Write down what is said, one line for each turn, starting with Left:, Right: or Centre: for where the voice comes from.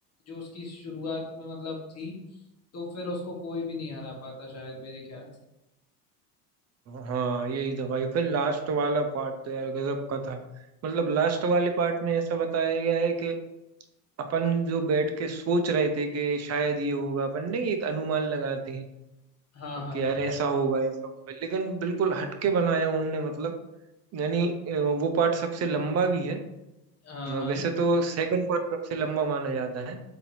Left: जो उसकी शुरुआत में मतलब थी तो फिर उसको कोई भी नहीं हरा पाता शायद मेरे ख्याल से
Right: हाँ यही था भाई फिर लास्ट वाला पार्ट तो यार गजब का था मतलब लास्ट वाले पार्ट में ऐसा बताया गया है कि अपन जो बैठ के सोच रहे थे कि शायद ये होगा अपन नहीं एक अनुमान लगाते हैं
Left: हाँ हाँ
Right: कि यार
Left: हाँ
Right: ऐसा होगा ऐसा होगा लेकिन बिल्कुल हटके बनाया उनने मतलब यानी अ, वो पार्ट सबसे लंबा भी है
Left: हाँ
Right: अ,
Left: हाँ
Right: वैसे तो सेकंड पार्ट सबसे लंबा माना जाता है